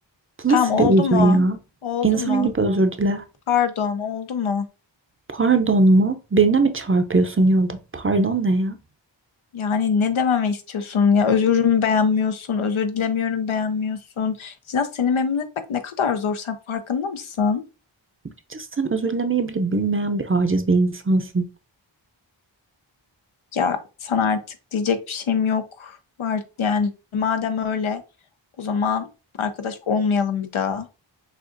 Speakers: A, on the right; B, on the left.
A: Bu
B: Tamam
A: nasıl
B: oldu
A: bir özür
B: mu?
A: ya?
B: Oldu
A: İnsan
B: mu?
A: gibi özür dile.
B: Pardon oldu mu?
A: Pardon mu? Birine mi çarpıyorsun yolda? Pardon ne ya?
B: Yani ne dememi istiyorsun ya özürümü beğenmiyorsun, özür dilemiyorum beğenmiyorsun. Sinan seni memnun etmek ne kadar zor sen farkında mısın?
A: Açıkçası sen özür dilemeyi bile bilmeyen bir aciz bir insansın.
B: Ya sana artık diyecek bir şeyim yok. Var yani madem öyle o zaman arkadaş olmayalım bir daha.